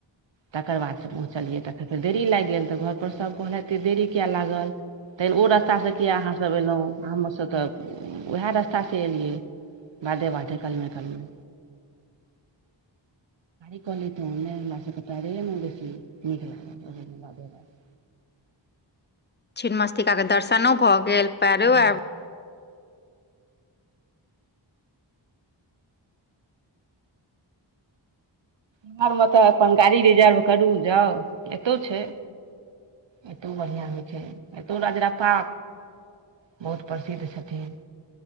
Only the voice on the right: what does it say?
तकर बादसँ पहुँचलियै तऽखन फेर देरी लागि गेल तऽ घर पर सभ कहलथि देरी किया लागल तेन ओ रास्ता सँ किए अहाँसभ एयलहुँ हमसभ तऽ उएह रास्ता सँ एलियै बाधे बाधे कलमे कलमे त ओ हमरा सबके पैरे मे बेसी नीक लागल <unintelligible> <inaudible>
हँ
बिहार में तऽ अपन गाड़ी रिजर्व करू जाउ एतौ छै एतौ बढ़िआँ होइ छै एतौ रजरप्पा बहुत प्रसिद्ध छथिन